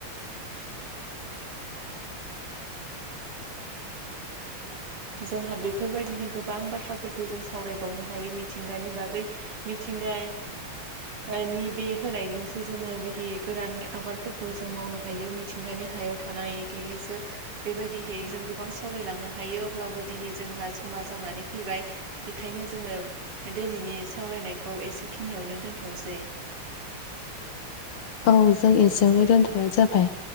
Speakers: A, on the right; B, on the left.
A: जोंहा बेफोरबायदिनो गोबां बाथ्राफोरखौ जों सावरायबावनो हायो मिथिंगानि बागै मिथिं गाया नि बे होनायजोंसो जोङो बिदि गोरान आबादफोरखौ जों मावनो हायो। मिथिंगानि हाया याव थानाय <unintelligible> बेबायदिहै जों गोबां सावरायलांनो हायो। अब्लाबो दिनै जोंहा समा जानानै फैबाय बेखायनो जोङो दिनैनि सावरायनायखौ औ एसेखिनियावनो दोनथ'नोसै।
B: औ जों एसेयावनो दोनथ'नाय जाबाय।